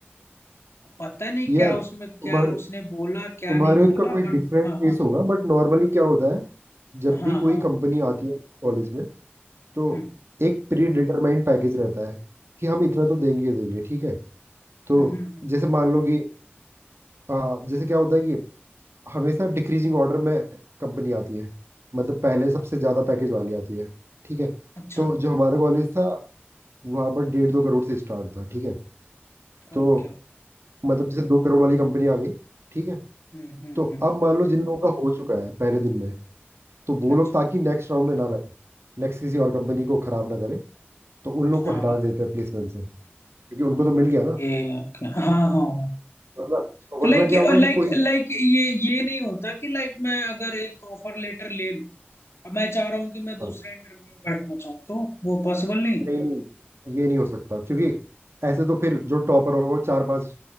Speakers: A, on the left (about 85°); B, on the right (about 75°).
A: अब पता नहीं
B: यार
A: क्या
B: तुम्हारे
A: उसमें क्या उसने बोला क्या
B: तुम्हारे
A: नहीं बोला
B: उसका कोई डिफरेंट
A: बट हाँ
B: केस
A: हाँ
B: होगा बट नॉर्मली क्या होता है जब
A: हाँ
B: भी कोई
A: हाँ
B: कंपनी आती है कॉलेज में तो
A: हम्म
B: एक प्री डिटरमाइंड पैकेज रहता है कि हम इतना तो देंगे ही देंगे ठीक है तो
A: हम्म हम्म,
B: जैसे मान लो कि आ, जैसे क्या होता है कि हमेशा डिक्रीजिंग ऑर्डर में कंपनी आती है मतलब पहले सबसे
A: हाँ,
B: ज़्यादा पैकेज वाली आती है ठीक है
A: अच्छा
B: तो जो हमारा कॉलेज था वहाँ पर डेढ़ दो करोड़ से स्टार्ट था ठीक है तो
A: Okay okay
B: मतलब जैसे दो करोड़ वाली कंपनी आ गई ठीक है
A: Hmm hmm
B: तो
A: hmm,
B: अब मान लो जिन लोगों का हो चुका है पहले दिन में तो वो
A: अच्छा
B: लोग ताकि नेक्स्ट राउंड में ना बैठे नेक्स्ट किसी और कंपनी को खराब ना करे तो उन लोगों
A: अच्छा
B: को हटा देते हैं प्लेसमेंट से क्योंकि उनको तो मिल
A: ओके
B: गया ना
A: ओके हाँ हाँ हाँ
B: वरना
A: तो
B: वरना
A: लाइक
B: क्या होगा
A: लाइक
B: कि कोई
A: लाइक ये ये नहीं होता कि लाइक मैं अगर एक ऑफर लेटर ले लूं अब मैं चाह रहा हूँ कि मैं दूसरे
B: हाँ,
A: इंटरव्यू में बैठना चाहूँ तो वो पॉसिबल नहीं
B: नहीं नहीं ये नहीं हो सकता क्योंकि ऐसे तो फिर जो टॉपर होगा वो चार पांच